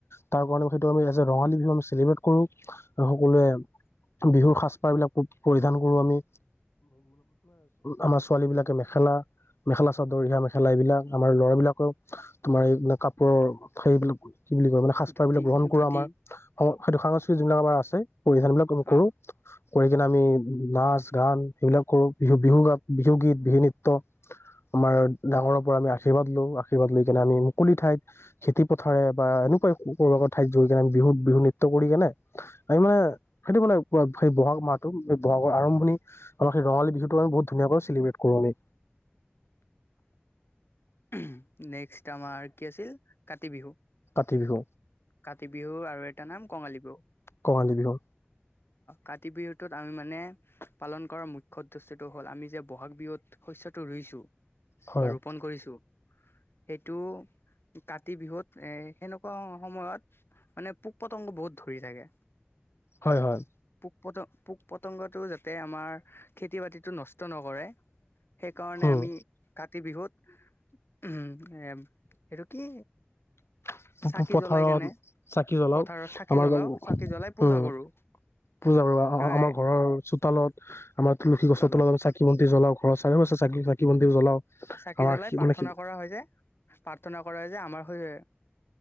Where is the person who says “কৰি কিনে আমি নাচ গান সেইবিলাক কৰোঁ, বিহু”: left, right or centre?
Left